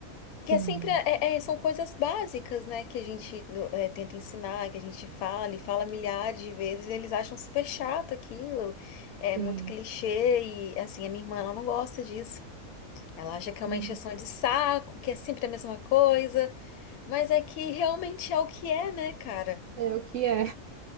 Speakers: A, on the left; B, on the right.
A: Que
B: sim,
A: é sempre. é- é- são coisas básicas, né? Que a gente é, tenta ensinar, que a gente fala e fala milhares de vezes. Eles acham super chato aquilo. É
B: sim.
A: muito clichê. E, assim, a minha irmã, ela não gosta disso. Ela acha que
B: sim.
A: é uma encheção de saco, que é sempre a mesma coisa, mas é que realmente é o que é, né, cara?
B: É o que é.